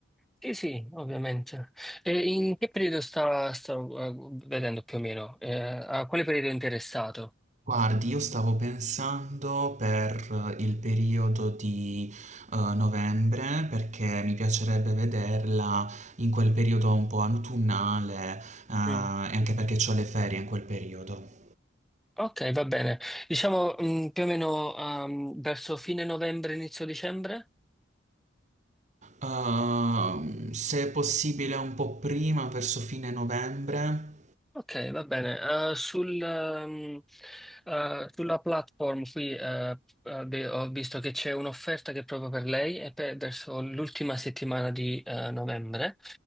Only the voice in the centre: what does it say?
Sì, sì, ovviamente. E in che periodo sta, sta, eh, vedendo più o meno? Eh, a quale periodo è interessato?
Mm.
Ok, va bene. Diciamo, mm, più o meno, ehm, verso fine novembre, inizio dicembre?
Ok, va bene. Eh, sul, ehm, eh, sulla platform qui eh, eh, beh, ho visto che c'è un'offerta che è proprio per lei e per verso l'ultima settimana di eh, novembre,